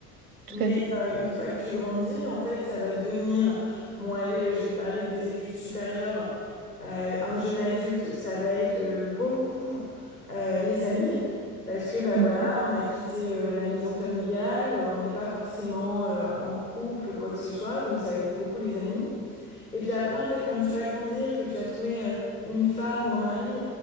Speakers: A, on the right (about 75°); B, on the left (about 85°).
A: tout
B: Mais
A: à fait.
B: euh, une fois que tu grandis, en fait, ça va devenir, bon, allez, euh, je vais parler des études supérieures. Euh, un jeune adulte, ça va être euh, beaucoup euh, les amis, parce que bah
A: Mhm,
B: voilà, on a quitté euh, la maison familiale, euh, on n'est pas forcément euh, en couple ou quoi que ce soit, donc ça va être beaucoup les amis. Et puis après, en fait, quand tu vas grandir, que tu as trouvé euh, une femme ou un mari